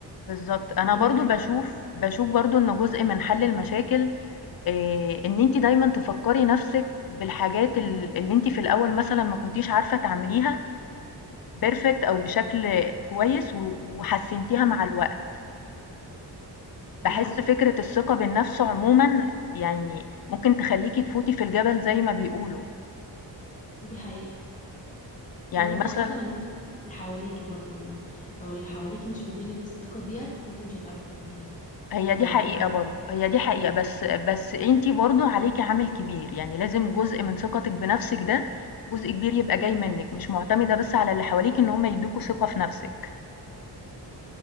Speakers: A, on the left; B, on the left.
A: بالضبط. أنا
B: ربنا
A: برضه
B: يكرمك
A: باشوف
B: يا رب
A: باشوف برضه إن جزء من حل المشاكل آآ، إن أنتِ دايمًا تفكّري نَفْسِك بالحاجات ال اللي أنتِ في الأول مثلًا ما كنتيش عارفة تعمليها perfect أو بشكل كويس و وحسّنتيها
B: مم.
A: مع الوقت. باحس
B: ايوس
A: فكرة الثقة بالنفس عمومًا يعني ممكن تخلّيكِ تفوتي في الجبل زي ما بيقولوا،
B: دي حقيقه
A: يعني
B: وبرضه
A: مثلًا
B: الثقه بالنفس دي من اللي حواليكي برضه لو اللي حواليكي مش مدينك الثقه ديت انت مش هتعرفي تاخديها
A: هي
B: ولا
A: دي
B: هتعرفي
A: حقيقة
B: انك
A: برضه، هي دي حقيقة بس بس أنتِ برضه عليكِ عامل كبير، يعني لازم جزء من ثقتِك بنفسِك ده جزء كبير يبقى جاي منِك، مش مُعتمدة بس على اللي حواليكِ إن هُم يدّوكوا ثقة في نفسِك،